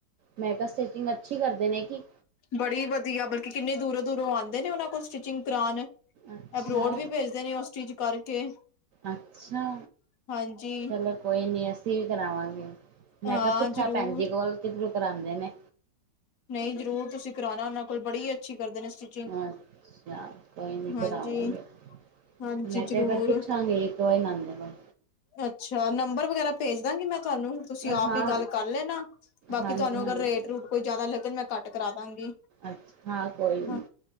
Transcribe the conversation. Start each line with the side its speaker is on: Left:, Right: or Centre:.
Right: ਮੈਂ ਕਿਆ ਸਟਿਚਿੰਗ ਅੱਛੀ ਕਰਦੇ ਨੇ ਕੀ?
Left: ਬੜੀ ਵਦੀਆ, ਬਲਕਿ ਕਿੰਨੀ ਦੂਰੋਂ-ਦੂਰੋਂ ਆਂਦੇ ਨੇ ਓਨ੍ਹਾਂ ਕੋਲ ਸਟਿਚਿੰਗ ਕਰਾਨ।
Right: ਅੱਛਾ
Left: ਐਬਰੋਡ ਵੀ ਭੇਜਦੇ ਨੇ ਓਹ ਸਟਿੱਚ ਕਰਕੇ
Right: ਅੱਛਾ
Left: ਹਾਂਜੀ।
Right: ਚਲੋ ਕੋਈ ਨੀ ਅਸੀਂ ਵੀ ਕਰਾਵਾਂਗੇ। ਮੈਂ
Left: ਹਾਂ
Right: ਕਿਆ ਪੁੱਛਾਂ
Left: ਜ਼ਰੂਰ
Right: ਭੈਨਜੀ ਕੋਲ ਕਿਦਰੋਂ ਕਰਾਂਦੇ ਨੇ।
Left: ਨਈਂ ਜਰੂਰ ਤੁਸੀਂ ਕਰਾਨਾ ਉਨ੍ਹਾਂ ਕੋਲ ਬੜੀ ਅੱਛੀ ਕਰਦੇ ਨੇ ਸਟਿੱਚ
Right: ਅੱਛਾ, ਕੋਈ ਨੀ
Left: ਹਾਂਜੀ
Right: ਕਰਾਵਾਂਗੇ।
Left: ਹਾਂਜੀ
Right: ਮੈਂ ਕਿਆ
Left: ਜ਼ਰੂਰ
Right: ਇਕ ਵਾਰ ਪੁੱਛਾਂਗੇ ਇਕ ਵਾਰ ਊਨਾਂਦੇ ਕੋਲ
Left: ਅੱਛਾ, ਨੰਬਰ ਵਗੈਰਾ ਭੇਜ ਦਾਂਗੀ ਮੈਂ ਤਵਾਨੂੰ, ਤੁਸੀਂ ਆਪ
Right: ਹਾਂ
Left: ਈ ਗੱਲ ਕਰ ਲੈਨਾ, ਬਾਕੀ
Right: ਹਾਂਜੀ
Left: ਤਵਾਨੂੰ ਅਗਰ
Right: ਹਾਂਜੀ
Left: ਰੇਟ ਰੂਟ ਕੋਈ ਜਿਆਦਾ ਲੱਗਨ ਮੈਂ ਘੱਟ ਕਰਾਦਾਂਗੀ।
Right: ਅੱਛਾ ਹਾਂ ਕੋਈ ਨਹੀਂ
Left: ਹਾਂ